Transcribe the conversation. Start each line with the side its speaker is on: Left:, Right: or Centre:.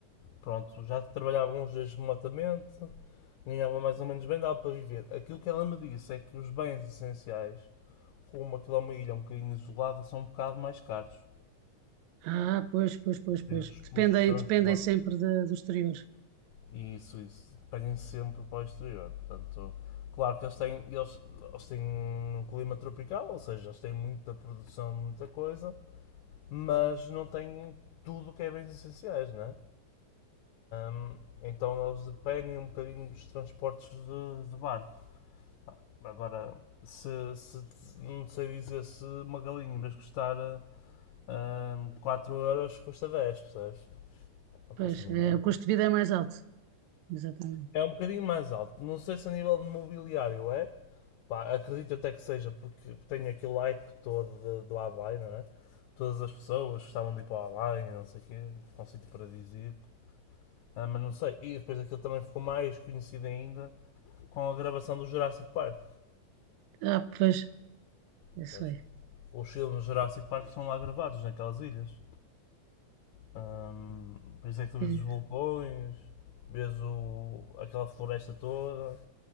Left: Pronto, já trabalhavam uns dias remotamente, ganhavam mais ou menos bem, dava para viver. Aquilo que ela me disse é que os bens essenciais, como aquilo é uma ilha um bocadinho isolada, são um bocado mais caros.
Right: Ah, pois, pois, pois,
Left: ter
Right: pois.
Left: os
Right: Dependem,
Left: custos de transporte
Right: dependem sempre da- do exterior.
Left: e isso, isso, dependem sempre para o exterior. Portanto, claro que eles têm, eles, eles têm um clima tropical, ou seja, eles têm muita produção de muita coisa, mas não têm tudo que é bens essenciais, né? Hum, então eles dependem um bocadinho dos transportes de, de barco. Agora, se, se não sei dizer se uma galinha, em vez de custar hum, 4 euros, custa 10, percebes? Não
Right: Pois,
Left: faço a mínima.
Right: é, o custo de vida é mais alto. Exatamente.
Left: É um bocadinho mais alto. Não sei se a nível de mobiliário é. Pá, acredito até que seja porque tem aquele hype todo de- do Havaí, não é? Todas as pessoas gostavam de ir para o Havaí, não sei o quê, é um sítio paradisíaco. Ah, mas não sei. E depois aquilo também ficou mais conhecido ainda com a gravação do Jurassic Park.
Right: Ah, pois, é
Left: sabes?
Right: isso é.
Left: Os filmes do Jurassic Park são lá gravados, naquelas ilhas. Ahm, por isso é que tu vês
Right: É,
Left: os vulcões, vês o, aquela floresta toda.